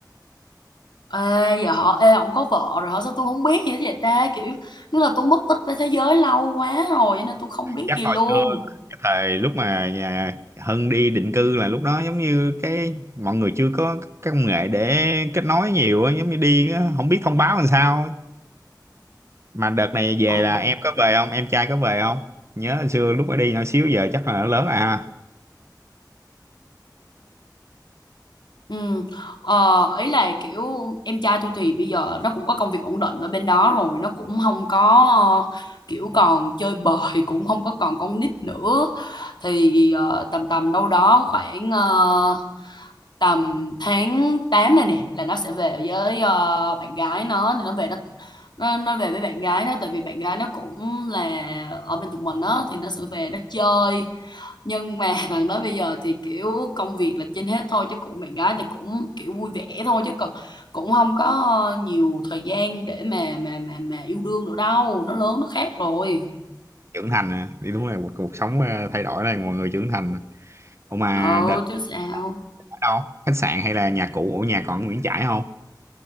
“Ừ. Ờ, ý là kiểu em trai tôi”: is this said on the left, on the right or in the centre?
Left